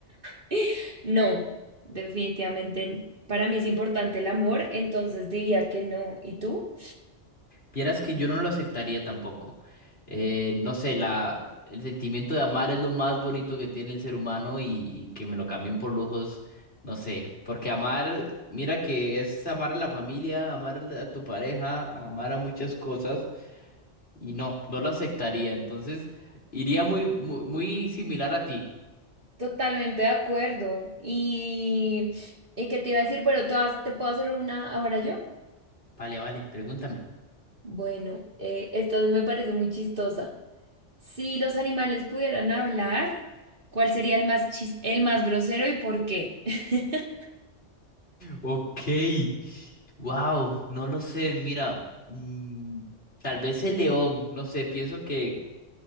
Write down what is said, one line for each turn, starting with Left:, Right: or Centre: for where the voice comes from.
Right: <gasps> <laughs> no, definitivamente para mí es importante el amor, entonces diría que no. ¿Y tú?
Left: Vieras que yo no lo aceptaría tampoco. Eh, no sé, la, el sentimiento de amar es lo más bonito que tiene el ser humano y, y que me lo cambien por lujos, no sé. Porque amar, mira que es amar a la familia, amar a la- a tu pareja, amar a muchas cosas y no, no lo aceptaría. Entonces, iría muy, muy, muy similar a ti.
Right: Totalmente de acuerdo. ¿Y, y qué te iba a decir? Bueno, te, vas- te puedo hacer una ahora yo.
Left: Vale, vale, pregúntame.
Right: Bueno, eh, esto me parece muy chistosa. Si los animales pudieran hablar, ¿cuál sería el más chis- el más grosero y por qué? <laughs>
Left: Ok, wow, no lo sé, mira, mm, tal vez el león, no sé, pienso que